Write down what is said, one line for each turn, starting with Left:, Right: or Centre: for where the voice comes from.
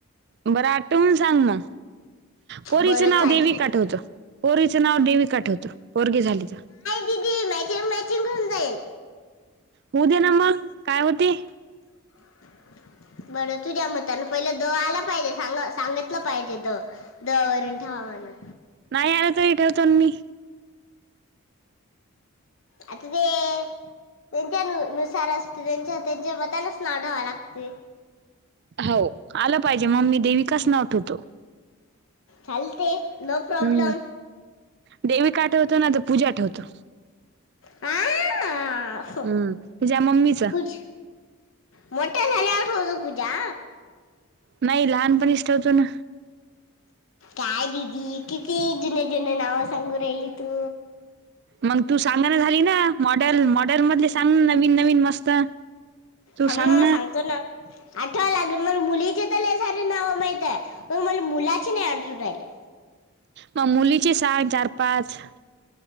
Right: बरं आठवून सांग मगं पोरीच
Left: बरं
Right: नाव
Left: चालते
Right: देवी का ठेवतो पोरीचं नाव देवी का ठेवतो पोरगी झाली तर?
Left: ते मॅचिंग-मॅचिंग होऊन जाईन.
Right: होऊ दे ना मग काय होते.
Left: <unintelligible> बरं तुझ्या मतान पहिलं द आला पाहिजे सांग सांगितलं पाहिजे द. द वररून ठेवा म्हणून.
Right: नाही आल तरी ठेवतोन मी.
Left: आता ते त्यांच्या न नुसार असते त्यांच्या त्यांच्या मतानच नाव ठ्यावावा लागते.
Right: हो आलं पाहिजे म ममी देवीकास नाव ठेवतो.
Left: चालते नो प्रॉब्लेम.
Right: हम्म. देविका ठेवतो ना तर पूजा ठेवतो.
Left: आ-आ-आ हा
Right: हम्म तुझ्या मम्मीच.
Left: पूज मोठ्या झाल्यावर ठवतो पूजा.
Right: नाही लहानपणीच ठेवतो ना.
Left: काय दिदी किती जुन-जुन नाव सांगून राहिली तू.
Right: मग तू सांगाना झाली ना मॉडेल-मॉडेल मधले सांग नवीन-नवीन मस्त. तू
Left: थांब
Right: सांग
Left: सांगतो ना आठवा लागेल मग मुलीचे त लई सारे नावं माहितय. पण मला मुलाची नाही आठवू राहिले.
Right: मग मुलीची सांग चार पाच